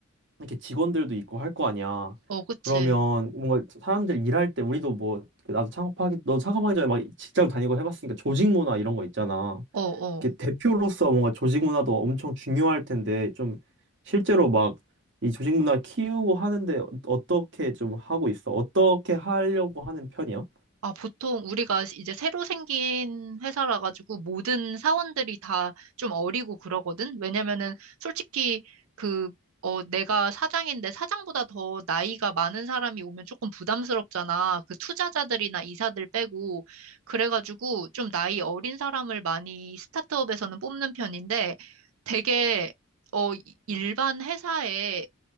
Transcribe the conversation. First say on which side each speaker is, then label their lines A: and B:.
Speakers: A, on the right; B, on the right.
A: 이렇게 직원들도 있고 할 거 아니야.
B: 어, 그치.
A: 그러면 뭔가 사람들 일할 때 우리도 뭐, 나도 창업하기, 너 창업하기 전에 막 직장 다니고 해봤으니까 조직 문화 이런 거 있잖아.
B: 어, 어.
A: 이렇게 대표로서 뭔가 조직 문화도 엄청 중요할 텐데 좀 실제로 막 이 조직 문화 키우고 하는데 어- 어떻게 좀 하고 있어? 어떻게 하려고 하는 편이야?
B: 아, 보통 우리가 이제 새로 생긴 회사라 가지고 모든 사원들이 다 좀 어리고 그러거든? 왜냐면은 솔직히 그, 어, 내가 사장인데 사장보다 더 나이가 많은 사람이 오면 조금 부담스럽잖아. 그 투자자들이나 이사들 빼고. 그래가지고 좀 나이 어린 사람을 많이 스타트업에서는 뽑는 편인데 되게, 어, 일반 회사에